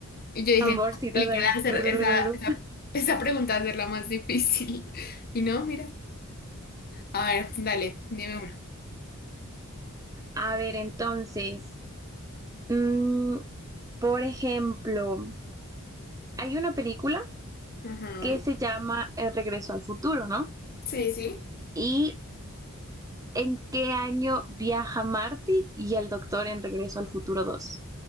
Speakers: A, on the left (about 45°); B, on the right (about 15°).
A: Y yo dije,
B: Amorcitos
A: no, película,
B: ahí.
A: hacer
B: <laughs> Tururururu.
A: esa, esa, esa pregunta hacerla más difícil. Y no, mira. A ver, dale, dime una.
B: A ver, entonces, mm, por ejemplo, hay una película
A: Ajá.
B: que se llama El regreso al futuro, ¿no?
A: Sí, sí.
B: Y ¿En qué año viaja Marty y el doctor en Regreso al Futuro dos?